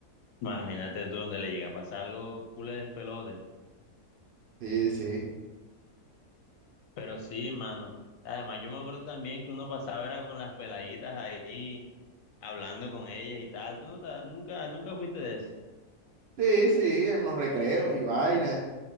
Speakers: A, on the left; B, on the right.
A: Imagínate tú donde le llega a pasar algo culé de despelote.
B: Sí, sí.
A: Pero sí, mano. Además, yo me acuerdo también que uno pasaba era con las peladitas ahí, hablando con ellas y tal. Tú no te- nunca, nunca fuiste de eso.
B: Sí, sí, en los recreos y vainas.